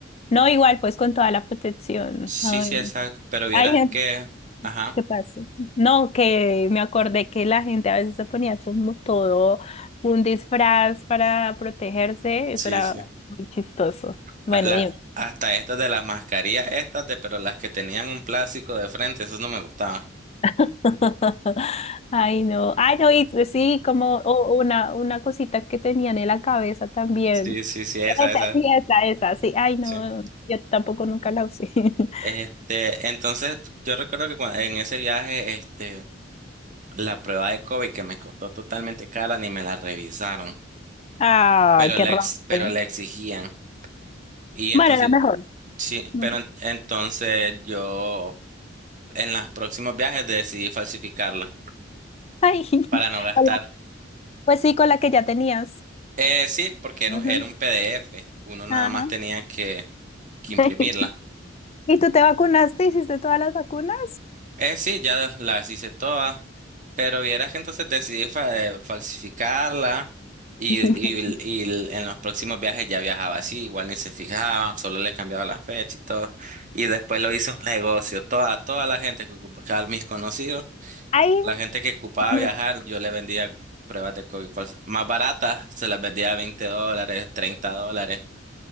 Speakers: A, on the left (about 35°); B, on the right (about 45°).
A: No, igual, pues con toda la protección.
B: Sí,
A: Ay,
B: sí, exacto, pero vieras
A: hay gente
B: que, ajá,
A: que pasa. No, que me acordé que la gente a veces se ponía como todo un disfraz para protegerse.
B: sí,
A: Eso era
B: sí.
A: muy chistoso.
B: A
A: Bueno,
B: la-
A: dime.
B: hasta estas de las mascarillas, estas de, pero las que tenían un plástico de frente, esas no me gustaban.
A: <laughs> Ay, no. Ay, no, y sí, como o- una, una cosita que tenían en la cabeza también.
B: Sí, sí, sí, esa,
A: Ah, Esa,
B: esa,
A: sí, esa, esa, sí. Ay, no,
B: sí.
A: yo tampoco nunca la usé. <laughs>
B: Este, entonces, yo recuerdo que cua- en ese viaje, este, la prueba de COVID que me costó totalmente cara, ni me la revisaron,
A: Ay,
B: pero
A: qué
B: la,
A: rabia.
B: ex- pero la exigían. Y
A: Bueno,
B: entonces,
A: era mejor.
B: sí,
A: Ujú.
B: pero en- entonces yo en los próximos viajes decidí falsificarla
A: Ay, <laughs>
B: para no gastar.
A: hola, Pues sí, con la que ya tenías.
B: Eh, sí, porque era
A: Ujú.
B: un, era un PDF. Uno nada
A: Ajá.
B: más tenía que que
A: <laughs>
B: imprimirla.
A: ¿Y tú te vacunaste? ¿Hiciste todas las vacunas?
B: Eh, sí, ya las hice todas, pero vieras que entonces decidí fa- eh, falsificarla y,
A: <laughs>
B: y- y l- en los próximos viajes ya viajaba así, igual ni se fijaban, solo le cambiaba la fecha y todo. Y después lo hice un negocio, toda, toda la gente que ocupaba, mis conocidos,
A: Ay,
B: la gente que ocupaba
A: bueno,
B: viajar, yo le vendía pruebas de COVID falsas. Más baratas, se las vendía a 20 dólares, 30 dólares.